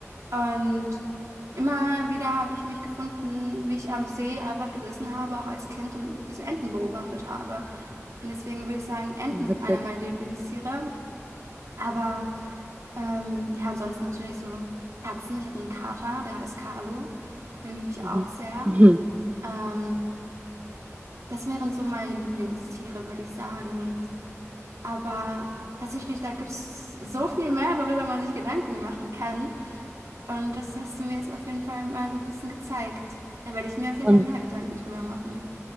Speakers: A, on the right; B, on the right.
A: Und immer wieder habe ich mich gefunden, wie ich am See einfach gesessen habe, auch als Kind und diese Enten beobachtet habe. Und deswegen würde ich sagen, Enten
B: Ja,
A: sind
B: Witzig.
A: einer meiner Lieblingstiere. Aber ähm, ja, ansonsten natürlich so Katzen. Ich habe einen Kater, der heißt Carlo. Den liebe ich
B: Mhm.
A: auch sehr.
B: Mhm.
A: Ähm, das wären so meine Lieblingstiere, würde ich sagen. Aber tatsächlich, da gibt es so viel mehr, worüber man sich Gedanken machen kann. Und das hast du mir jetzt auf jeden Fall mal so ein bisschen gezeigt. Da werde ich mir auf jeden
B: Und,
A: Fall mehr Gedanken drüber machen.